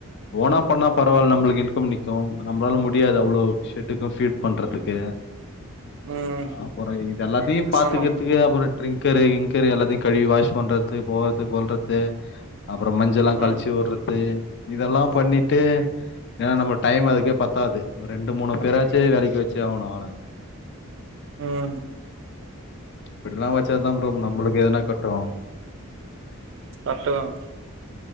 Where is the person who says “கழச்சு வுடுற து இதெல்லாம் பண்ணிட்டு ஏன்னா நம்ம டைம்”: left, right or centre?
Left